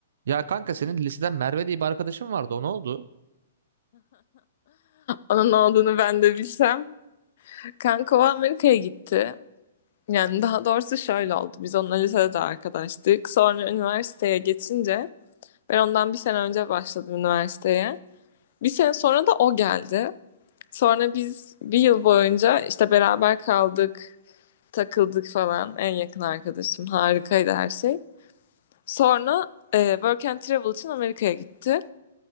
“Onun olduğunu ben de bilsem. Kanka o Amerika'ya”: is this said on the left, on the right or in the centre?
Left